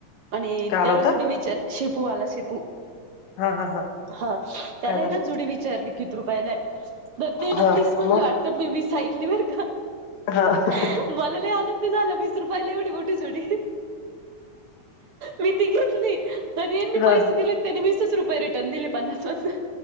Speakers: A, on the right; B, on the left.
A: आणि
B: काय आला
A: त्याला
B: होता
A: जुडी विचार. शेपूवाला शेपू
B: हा हा
A: हा त्याला
B: काय झालं
A: ह ना जुडी विचारली. कित रुपयालाय तर ते ना
B: हा
A: तीस म्हणलं
B: मग
A: वाटत मी वीस ऐकली बर का.
B: हा.
A: मला नाही आनंद नाही झालं वीस रुपयाला एवढी मोटी जोडी. मी ती घेतली तरी यांनी
B: हा
A: पैसे दिले आणि त्यांनी विस. वीस रुपीस च रिटर्न दिले पन्नास मधन.